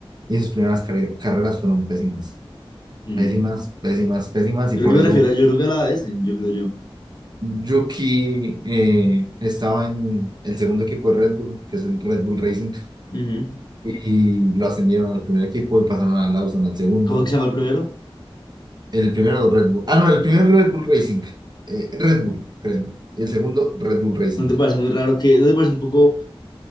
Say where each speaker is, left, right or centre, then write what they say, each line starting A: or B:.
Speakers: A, on the right; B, on the left.
A: y sus primeras carre- carreras fueron pésimas,
B: Ujú.
A: pésimas, pésimas, pésimas,
B: Yo
A: y
B: creo
A: por
B: que me
A: eso
B: refiero a, yo creo que a la vez, yo creo yo.
A: Yuki eh, estaba en el segundo equipo de Red Bull, que es el Red Bull Racing,
B: Ujú.
A: y lo ascendieron al primer equipo y pasaron a Lawson al segundo.
B: ¿Cómo es que se llama el primero?
A: El primero Red Bull, ah, no, el primer Red Bull Racing, eh, Red Bull, creo, el segundo Red Bull Racing.
B: ¿No te parece muy raro que, no te parece un poco,